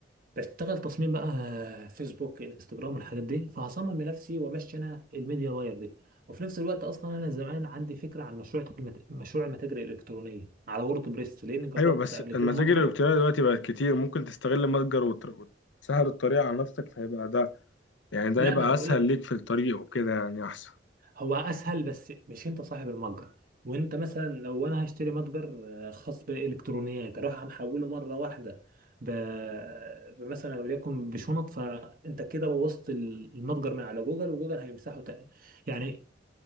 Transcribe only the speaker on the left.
ايوه بس
المتاجر
الالكترونية دلوقتي بقت كتير ممكن تستغل متجر وتر- وتسهل الطريق على نفسك فهيبقى ده يعني ده
هيبقى
اسهل
ليك في الطريق وكده يعني احسن